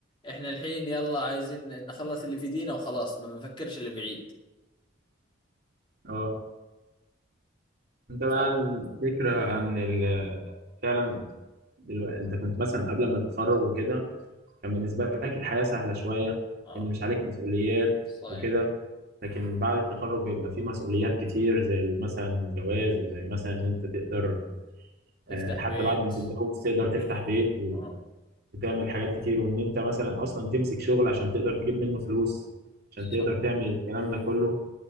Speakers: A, on the left; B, on the right.
A: إحنا الحين يلا عايزين نخلص اللي في دينا وخلاص ما بنفكرش اللي بعيد
B: اه انت بقى
A: ف
B: عن فكرة عن ال- فعلا دلوقتي انت كنت مثلا قبل ما تتخرج وكده كان بالنسبة لك الحياة سهلة شوية
A: آه
B: ان مش عليك مسؤوليات
A: صحيح
B: وكده لكن بعد التخرج بيبقى فيه مسؤوليات كتير زي مثلا الجواز وزي مثلا ان انت تقدر
A: تفتح
B: آه، حتى
A: بيت
B: بعد ما تتجوز تقدر تفتح بيت و-
A: آه
B: وتعمل حاجات كتير وان انت مثلا اصلا تمسك شغل عشان تقدر تجيب منه فلوس عشان
A: صحيح
B: تقدر تعمل الكلام ده كله